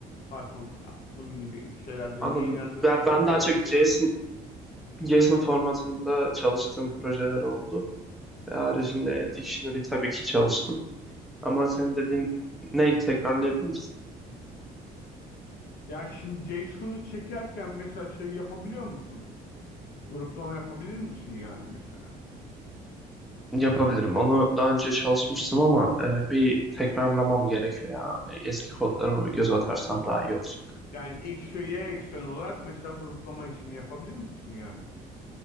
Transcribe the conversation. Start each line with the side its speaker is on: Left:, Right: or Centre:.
Left: Python'da. Bunun gibi şeylerde
Centre: Anladım.
Left: neyi nerede kullanacağını
Centre: Ben, ben daha çok
Left: falan.
Centre: JSON, JSON formatında çalıştığım projeler oldu. Ve haricinde
Left: Hı. hı.
Centre: dictionary tabii ki çalıştım. Ama senin dediğin neydi tekrarlayabilir misin?
Left: Ya şimdi JSON'u çekerken mesela şey yapabiliyor musun? Gruplama yapabilir misin yani mesela?
Centre: Yapabilirim. Onu daha önce çalışmıştım ama e, bir tekrarlamam gerekiyor ya. Eski kodlarıma bir göz atarsam daha iyi olacak.
Left: Yani X ve Y eksen olarak mesela gruplama işini yapabilir misin yani?